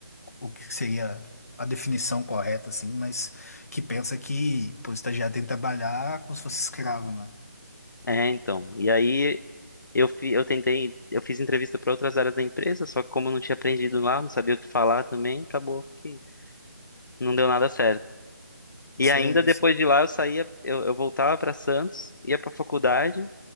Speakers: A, on the left (about 50°); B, on the left (about 75°).
A: o que seria a definição correta, assim, mas que pensa que, pô, o estagiário tem que trabalhar como se fosse escravo, né?
B: É, então. E aí eu, fi, eu tentei, eu fiz entrevista para outras áreas da empresa, só que como eu não tinha aprendido lá, não sabia o que falar também, acabou que não deu nada certo. E ainda
A: Ah,
B: depois de lá eu saía, eu, eu voltava para Santos, ia para faculdade,